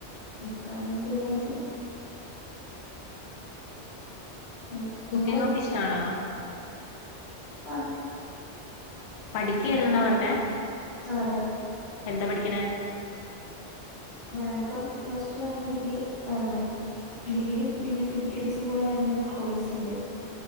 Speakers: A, on the left; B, on the left.
A: ഇപ്രന്ന പ്രായത് ആ,
B: കുക്കിങ്ഒക്കെ
A: നിങ്ങള്
B: ഇഷ്ടണോ
A: ആ്
B: പഠിക്കായിരുന്നാ പറഞ്ഞെ
A: ആ അതെ
B: എന്താ പഠിക്കണെ
A: ഞാനിപ്പം പ്ലസ് ടു കഴിഞ്ഞ ഡിഗ്രി ആ ഡിഗ്രും പിന്നെ പി പി ഡീസും കൂടെ വരുന്ന കോയ്സ് ഉണ്ട്